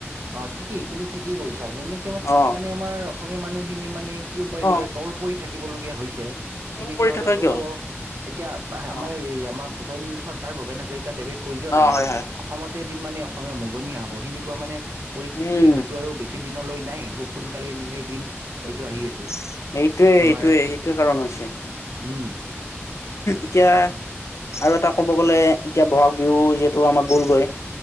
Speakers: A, on the right; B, on the left.
A: অ ঠিকেই তুমি ঠিকেই কৰিছা জু এনেকে
B: অ
A: মানে আমাৰ অসমীয়া মানুহখিনিয়ে মানে কিয় বা
B: অ
A: এনেকুৱা তল পৰি থাকিবলগীয়া হৈছে।
B: তল
A: এনেকে
B: পৰি
A: হ'লেতো
B: থাকা কিয়
A: এতিয়া
B: অ
A: আমাৰ আমাৰ ভূপেন চ্বৰ ত ভূপেন হাজৰিকা দেৱে কৈ যোৱাৰ
B: অ
A: দৰে
B: হয় হয়
A: অসমত গোটেই দিন মানে অসমীয়া মগনীয়া হ'ব সেনেকুৱা মানে পৰিস্থিতি
B: উম
A: হয়তো আৰু বেছি দিনলৈ নাই খুব সোনকালে এনেক সেই দিন টো আহি আছে।
B: সেইটোৱে
A: আমাৰ
B: এইটোয়ে সেইটোয়ে কাৰণ হৈছে
A: উম
B: এতিয়া আৰু এটা ক'ব গ'লে এতিয়া বহাগ বিহু যিহেতু আমাৰ গ'লগৈ!